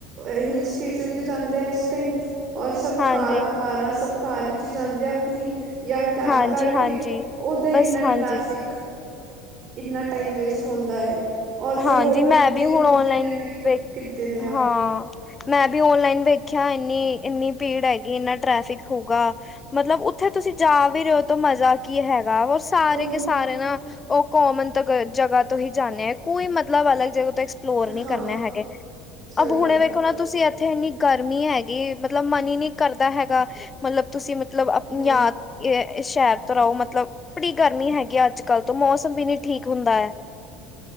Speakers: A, on the right (about 50°); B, on the left (about 25°).
A: ਹਿਲ ਸਟੇਸ਼ਨ ਤੇ ਜਾਂਦੇ ਐ ਇਸ ਟਾਈਮ। ਔਰ ਸਭ
B: ਹਾਂਜੀ,
A: ਕਾਰਾਂ ਵਾਰਾਂ, ਸਭ ਕਾਰ ਚ ਈ ਜਾਂਦੇ ਅਪਨੀ। ਯਾ ਕੈਬ
B: ਹਾਂਜੀ,
A: ਕਰਕੇ
B: ਹਾਂਜੀ
A: ਓਦਾ
B: ਬਸ
A: ਇੰਨਾ
B: ਹਾਂਜੀ।
A: ਟ੍ਰੈਫਿਕ ਇੰਨਾ ਟਾਈਮ ਵੇਸਟ ਹੁੰਦਾ ਏ ਔਰ
B: ਹਾਂਜੀ
A: ਫਿਰ ਹੋਟਲ
B: ਮੈਂ
A: ਦੇ
B: ਹੁਣ
A: ਵੀ ਰੂਮ
B: ਔਨਲਾਈਨ
A: ਇੰਨੇ ਮਹਿੰਗੇ
B: ਵੇਖ
A: ਬੁੱਕ ਕੀਤੇ ਦੇ ਆ
B: ਹਾਂ ਮੈਂ ਵੀ ਓਨਲਾਈਨ ਵੇਖਿਆ ਇੰਨੀ-ਇੰਨੀ ਭੀੜ ਹੈਗੀ ਇੰਨਾ ਟ੍ਰੈਫਿਕ ਹੋਊਗਾ। ਮਤਲਬ ਉੱਥੇ ਤੁਸੀਂ ਜਾ ਵੀ ਰਹੇ ਹੋ ਤਾਂ ਮਜ਼ਾ ਕੀ ਹੈਗਾ ਰ ਸਾਰੇ
A: ਉਹੀ
B: ਕੇ ਸਾਰੇ ਨਾ ਉਹ ਕੋਮਨ ਤ ਜਗ੍ਹਾ ਤੋਂ ਹੀ ਜਾਂਦੇ ਆ ਕੋਈ ਮਤਲਬ ਅਲੱਗ ਜਗਾ ਤੋਂ ਲੋਰ ਨਹੀਂ
A: ਹਾਂ
B: ਕਰਨੇ ਹੈਗੇ
A: ਸਹੀ
B: ਅਬ ਹੁਣੇ
A: ਗੱਲ
B: ਵੇਖੋ ਨਾ ਤੁਸੀਂ ਉੱਥੇ ਇੰਨੀ ਗਰਮੀ ਹੈਗੀ ਮਤਲਬ ਮਨ ਹੀ ਨਹੀਂ ਕਰਦਾ ਹੈਗਾ ਮਤਲਬ ਤੁਸੀਂ ਮਤਲਬ ਆਪਣੀ
A: ਹਮ
B: ਯਾਦ ਇਹ ਸ਼ਹਿਰ ਤੋਂ ਰਹੋ ਮਤਲਬ ਬੜੀ ਗਰਮੀ ਹੈਗੀ ਆ ਅੱਜ ਕੱਲ ਤੋਂ ਮੌਸਮ ਵੀ ਨੀ ਠੀਕ ਹੁੰਦਾ ਹੈ